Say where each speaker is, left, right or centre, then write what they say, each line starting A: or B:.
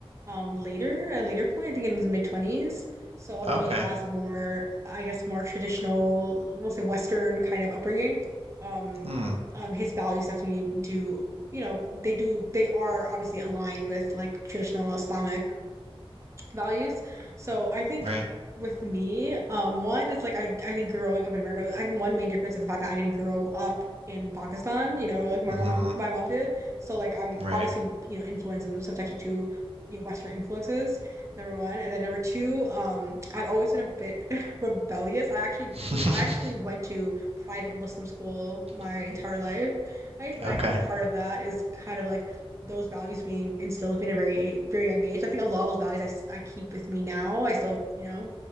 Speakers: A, on the right; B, on the right.
A: um later, at a later point, I think in his mid-20s. So although
B: Okay.
A: he has more, I guess, more traditional, we'll say Western kind of upbringing, um,
B: Hmm.
A: um, his values definitely do, you know, they do, they are obviously aligned with like traditional Islamic values. So I think
B: Right.
A: with me, um, one, it's like I, I think growing up in America, I think one main difference is the fact that I didn't grow up in Pakistan, you know, like my
B: Mm-hmm.
A: mom my mom did. So like I'm
B: Right.
A: obviously, you know, influenced and subjected to, you know, Western influences, number one. And then number two, um, I've always been a bit <laughs> rebellious. I actually grew
B: Mm-hmm.
A: I actually
B: <laughs>
A: went to private Muslim school my entire life. I, and
B: Okay.
A: I think part of that is kind of like those values being instilled with a very very young age. I think a lot of those values I, s- I keep with me now. I still, you know,